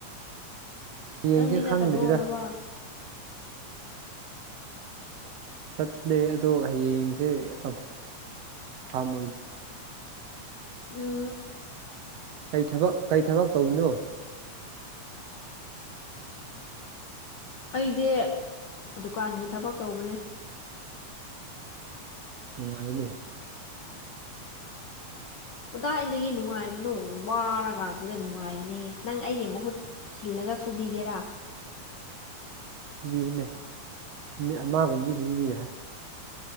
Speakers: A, on the right (about 70°); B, on the left (about 80°).
A: ꯍꯌꯦꯡꯁꯦ
B: ꯅꯪꯗꯤ ꯆꯠꯇꯕ꯭ꯔꯣ
A: ꯈꯪꯗ꯭ꯔꯤꯗ
B: ꯊꯕꯛ
A: ꯆꯠꯂꯦ ꯑꯗꯣ ꯍꯌꯦꯡꯁꯦ ꯀꯝꯐꯥꯝ
B: ꯎꯝ
A: ꯀꯩ ꯊꯕꯛ ꯀꯩ ꯊꯕꯛ ꯇꯧꯔꯤꯅꯣ
B: ꯑꯩꯗꯤ ꯗꯨꯀꯥꯟꯒꯤ ꯊꯕꯛ ꯇꯧꯕꯅꯦ
A: ꯅꯨꯡꯉꯥꯢꯅꯦ
B: ꯀꯗꯤꯢꯗꯒꯤ ꯅꯨꯡꯉꯥꯏꯕꯅꯣ ꯋꯥꯔꯒꯥꯟꯁꯤꯗ ꯅꯨꯡꯉꯥꯏꯅꯦ ꯅꯪ ꯑꯩꯒꯤ ꯃꯍꯨꯠ ꯁꯤꯜꯂꯒ ꯁꯨꯕꯤꯒꯦꯔꯥ
A: ꯁꯨꯕꯤꯒꯦꯅꯦ ꯅꯨꯃꯤꯠ ꯑꯃꯒꯨꯝꯕꯗꯤ ꯁꯨꯕꯤ ꯌꯥꯏ